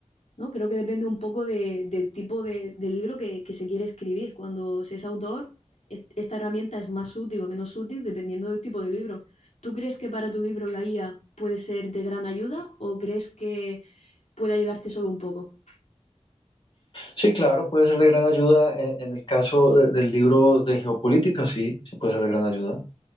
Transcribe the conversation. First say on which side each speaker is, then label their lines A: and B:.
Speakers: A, on the left (about 70°); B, on the left (about 40°).
A: ¿no? Creo que depende un poco de- del tipo de, de libro que, que se quiere escribir. Cuando se es autor, est- esta herramienta es más útil o menos útil dependiendo del tipo de libro. ¿Tú crees que para tu libro la IA puede ser de gran ayuda o crees que puede ayudarte solo un poco?
B: Sí, claro, puede ser de gran ayuda eh, en, el caso de- del libro de geopolítica, sí, sí puede ser de gran ayuda.